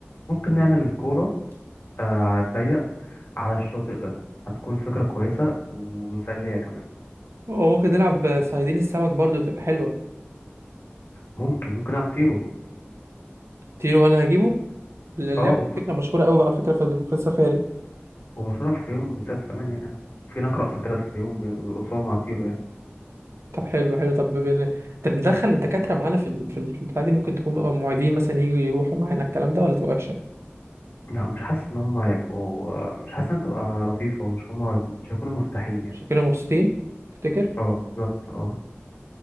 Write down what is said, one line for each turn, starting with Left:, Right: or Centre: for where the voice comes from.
Left: نعمل كورة آه، على الضيق على الشاطئ ده هتكون فكرة كويسة ومسلية كمان
Right: وممكن نلعب صيادين السمك برضه تبقى حلوه
Left: ممكن ممكن أطيره
Right: تيرو وانا هجيبه اللعبه
Left: اه بالظبط
Right: دي فكره مشهوره قوي على فكره في ال- في السفاري
Left: ومشهورة في يوم بالذات كمان يعني في هناك رقصة كده في يوم بيرقصوها مع طيرو يعني
Right: طب حلو حلو طب بال- طب ندخل الدكاترة معانا في ال... في ال- في البتاع دي ممكن تكون المعيدين مثلا يجوا يروحوا معانا الكلام ده ولا تبقى وحشة
Left: لا مش حاسس إن هما هيبقوا مش حاسس إنها تبقى لطيفة ومش هما مش هيكونوا مرتاحين يعني
Right: عشان كده مبسوطين تفتكر
Left: اه بالظبط اه